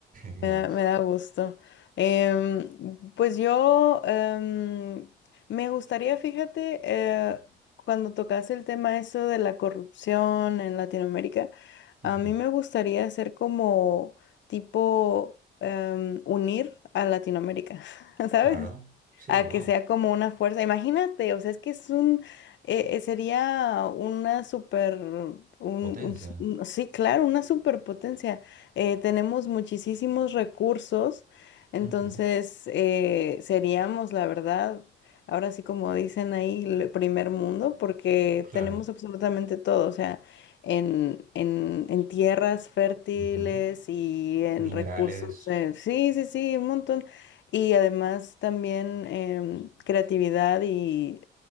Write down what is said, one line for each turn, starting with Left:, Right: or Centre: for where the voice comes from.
Right: Gracias.
Left: Me da, me da gusto. Em, pues yo em, me gustaría, fíjate, eh, cuando tocas el tema eso de la corrupción en Latinoamérica,
Right: Ujú.
Left: a mí me gustaría hacer como tipo em, unir a Latinoamérica, <laughs> ¿sabes?
Right: Claro, sí,
Left: A
Right: wow.
Left: que sea como una fuerza. Imagínate, o sea, es que es un, eh, eh, sería una super, un, un
Right: Potencia.
Left: s- un- sí, claro, una superpotencia eh, tenemos muchísimos recursos, entonces
Right: Ujú.
Left: eh, seríamos, la verdad, ahora sí como dicen ahí, el primer mundo, porque
Right: Claro.
Left: tenemos absolutamente todo, o sea, en, en, en tierras fértiles
Right: Ujú.
Left: y en
Right: Minerales.
Left: recursos, eh, sí, sí, sí, un montón. Y además también em, creatividad y